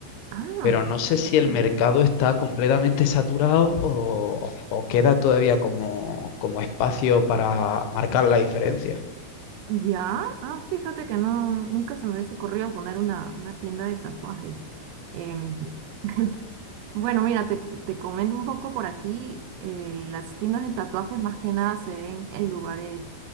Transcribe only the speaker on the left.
pero no sé
si el mercado está completamente saturado o, o queda todavía como, como espacio para marcar la diferencia.